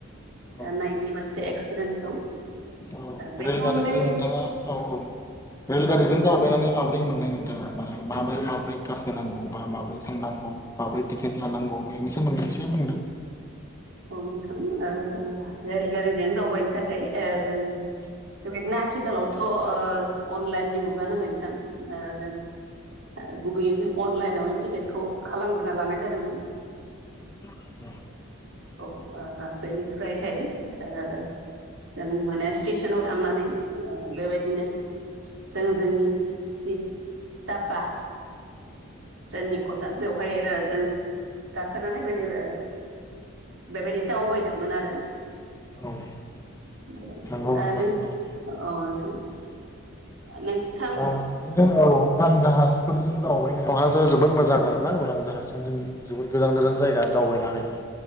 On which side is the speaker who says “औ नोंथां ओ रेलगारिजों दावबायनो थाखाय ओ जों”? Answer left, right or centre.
Right